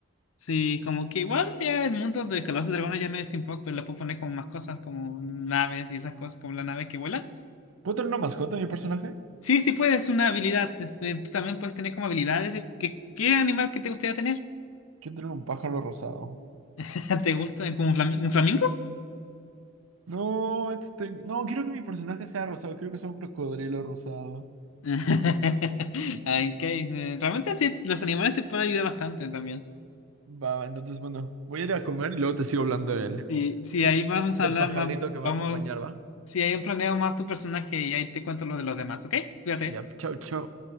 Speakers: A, on the left; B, on the right.
A: Sí, como que igual ya el mundo de Calabozos y Dragones ya medio steampunk, pero le puedo poner como más cosas como naves y esas cosas, como la nave que vuela.
B: ¿Puedo tener una mascota, en mi personaje?
A: Sí, sí puedes, una habilidad. Este, tú también puedes tener como habilidades. y ¿Qué, qué animal que te gustaría tener?
B: Quiero tener un pájaro rosado.
A: <laughs> ¿Te gusta como un, flami- un flamingo?
B: No, este... No, quiero que mi personaje sea rosado. Quiero que sea un crocodrilo rosado.
A: <laughs> Ay, ok, eh, Realmente sí, los animales te pueden ayudar bastante también.
B: Va, va, entonces, bueno, voy a ir a comer y luego te sigo hablando de él.
A: Y sí, ahí vamos a hablar
B: del pajarito
A: más,
B: que me
A: vamos,
B: va a acompañar, ¿va?
A: si ahí planeo más tu personaje y ahí te cuento lo de los demás, ¿ok? Cuídate.
B: Y ya, chau, chau.